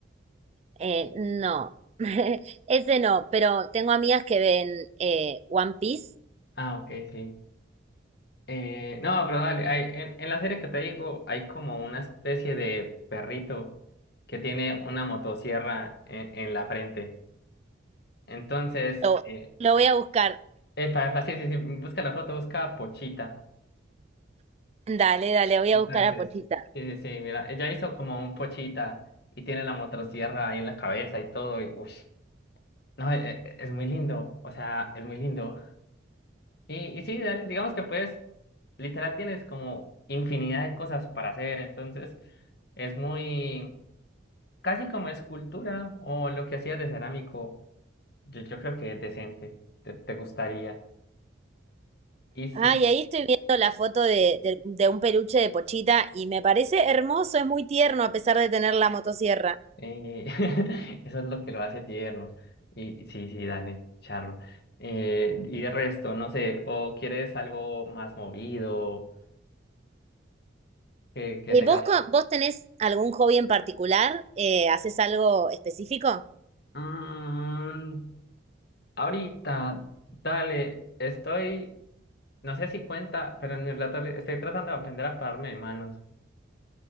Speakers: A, on the right; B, on the left.
A: Eh, no, <laughs> ese no, pero tengo amigas que ven eh, One Piece.
B: Ah, ok, sí. Eh, no, pero dale, hay, en, en la serie que te digo hay como una especie de perrito que tiene una motosierra en, en la frente. Entonces,
A: Lo,
B: eh,
A: lo voy
B: eh,
A: a buscar.
B: epa, epa, sí, sí, sí, busca la foto, busca Pochita.
A: <laughs> Dale, dale, voy
B: Entonces,
A: a buscar a Pochita.
B: sí, sí, sí, mira, ella hizo como un Pochita y tiene la motosierra ahí en la cabeza y todo, y uff, no, e- e- es, muy lindo, o sea, es muy lindo. Y, y sí, dale, digamos que puedes, literal tienes como infinidad de cosas para hacer, entonces es muy, casi como escultura o lo que hacías de cerámico, yo, yo creo que es decente, te, te gustaría. Y sí,
A: Ah, y ahí estoy viendo la foto de, de- de un peluche de Pochita y me parece hermoso, es muy tierno a pesar de tener la motosierra.
B: eh, <laughs> eso es lo que lo hace tierno. Y sí, sí, dale, charro. Eh, y de resto, no sé, o quieres algo más movido, que, que
A: Eh,
B: tengas...
A: ¿vos, co- vos tenés algún hobby en particular? Eh, ¿haces algo específico?
B: Mm, ahorita, dale, estoy... No sé si cuenta, pero en mi relato li- estoy tratando de aprender a pararme de manos,